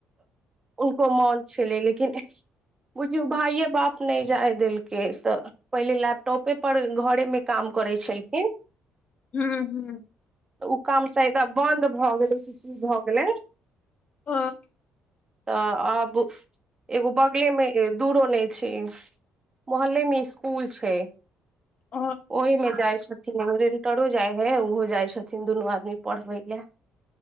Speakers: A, on the right; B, on the left.
A: उनको मोन छेलै लेकिन बुझयो भाइे बाप नहि जाय देलकै त पहिले लै टॉपे पर घरे मे काम करे छलखिन
B: हू हू
A: त उ काम चाही तऽ बंन्द भऽ गेलै कि ची भऽ गेलै
B: ह
A: तऽ आब एगो बगले मे दूरो नहि छै मोहल्ले मे स्कूल छै
B: ओ
A: ओहि में जाइ छथिन एगो रेंटरो जाइ है ओहो जाइ छथिन दुनू आदमी पढ़बै लए